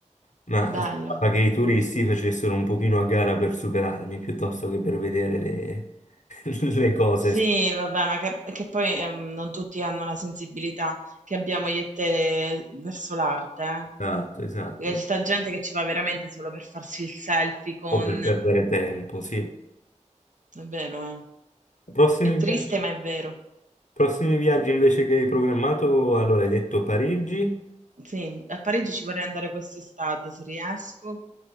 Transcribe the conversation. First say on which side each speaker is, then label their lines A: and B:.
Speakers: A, on the left (about 80°); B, on the right (about 80°).
A: Ma
B: bello.
A: sembrava che i turisti facessero un pochino a gara per superarmi piuttosto che per vedere le, <laughs> le cose.
B: Sì, vabbè, ma che, che poi ehm, non tutti hanno la sensibilità che abbiamo io e te verso l'arte, eh.
A: Esatto, esatto.
B: Perché Ci sta gente che ci va veramente solo per farsi il selfie con...
A: O per perdere tempo, sì.
B: È vero, eh.
A: Prossimi
B: È triste,
A: viaggi?
B: ma è vero.
A: Prossimi viaggi invece che hai programmato, allora hai detto Parigi?
B: Sì, a Parigi ci vorrei andare quest'estate se riesco